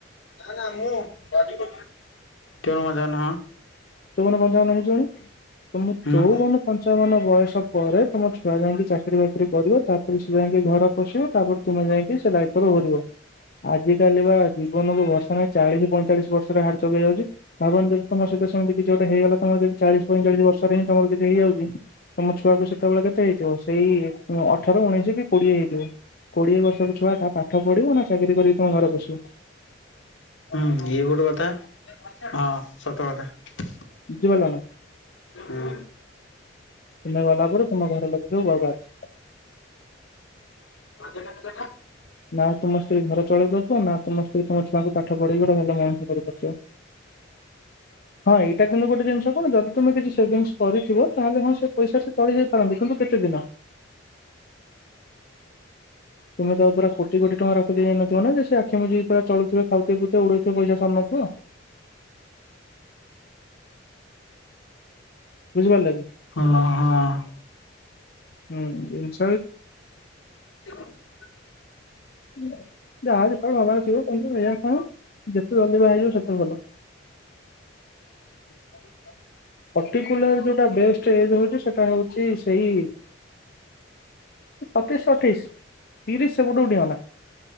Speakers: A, on the left; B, on the left.
A: <unintelligible> ମୁ ତଣ ମଜ ହଁ।
B: ଚଉବନ ପଞ୍ଚାବନ ହେଇଯିବଣି। ତମ
A: ହୁଁ
B: ଚଉବନ ପଞ୍ଚାବନ ବୟସ ପରେ ତମ ଛୁଆ ଯାଇକି ଚାକିରି ବାକିରି କରିବେ ତା ସେ ଯାଇକି ଘର ପୋଷିବେ ତାପରେ ତୁମେ ଯାଇକି ସେ ଦାୟିତ୍ଵରୁ ଓହୋରିବ ଆଜିିକାଲି ପା ଜୀବନକୁ ଭରଷା ନାହିଁ ଚାଳିଶ ପଇ ଚାଳିଶ ବର୍ଷରେ ହାର୍ଟ ଚୋକ୍ ହେଇଯାଉଛି। ଭାବନି ଦେଖୀ ତମ ସହିତ ସେମିତି କିଛି ଗୋଟେ ହେଇଗଲା। ତମର ଯଦି ଚାଳିଶ ପାଇଞ୍ଚାଳିଶି ବର୍ଷରେ ହିଁ ତମର କିଛି ହେଇଯାଉଛି ତ ଦେଖିଲା ବେଳକୁ ସେତେବେଳେ କେତେ ହେଇଥିବ ସେଇ ଥର ଉଣେଇଶ କି କୋଡ଼ିଏ ହେଇଥିବ କୋଡ଼ିଏ ବର୍ଷର ଛୁଆ ତା ପାଠ ପଢ଼ିବ ନା ଚାକିରି କରିକି ତମେ ଘରେ ବସିବ
A: ହୁଁ ଇଏ ଗୋଟେ କଥା ହଁ ସତ କଥା।
B: ବୁଝିପାରିଲ ନା।
A: ହଁ।
B: ତୁମେ ଗଲା ପରେ ତୁମ ଘର ଲୋକ ଯୁ ବଲ। ଅ <inaudible>
A: <inaudible>
B: ନା ତୁମସ୍ତେ ଘରେ। ଚଳେଇ ପାରୁଥିବା ନା ତମେ ତମ ଛୁଆକୁ ପା ପାଠ ପଢେଇକି ଗୋଟେ ଭଲ ମଣିଷ କରିପାରୁଥିବ। ହଁ ଏଇଟା କିନ୍ତୁ ଗୋଟେ ଜିନିଷ ଯେ ଯଦି ତୁମେ କିଛି ସେଭିଙ୍ଗସ କରିଥିବ। ତାହେଲେ ହଁ ସେ ପଇସା ସେ ଚଳି ଯାଇ ପାରନ୍ତି କିନ୍ତୁ କେତେ ଦିନ? ତୁମେ ତ ପୁରା କୋଟି କୋଟି ଟଙ୍କାର ହେଇ ନଥିବ ନା ଯେ ସେ ଆଖି ମୁଜିକି ପୁରା ଚଳୁଥିବ ଖାଉଥିବ ପିଉଥିବ ଉଡଉଥିବ ପଇସା ସରୁ ନଥିବ। ବୁଝିପାରି ଲକି।
A: ହଁ ହଁ।
B: ହୁଁ ଜିନିଷ
A: <inaudible>
B: ଯାହାର ଯେତେବେଳେ ହବର ଥିବ। ଏ କଣ ଯେତେ ଜଲିବା ବାହା ହେଇଯିବ ସେତେ ଭଲ।
A: <inaudible>
B: ପର୍ଟିକୁଲାର ଯୋଉଟା ବେଷ୍ଟ ଏଜ ହଉଛି ସେଟା ହଉଛି ସେଇ ସତେଇଶ ଅଠେଇଶ। ତିରିଶ ସେପଟକୁ ଡିଆହେଲା।